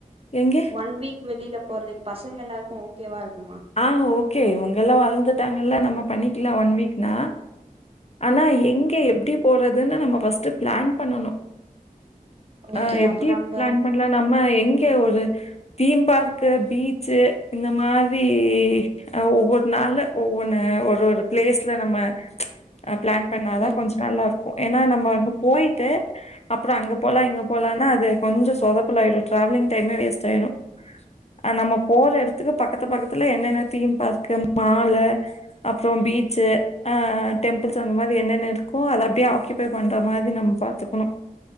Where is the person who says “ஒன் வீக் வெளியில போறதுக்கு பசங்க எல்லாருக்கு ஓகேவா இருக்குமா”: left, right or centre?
Right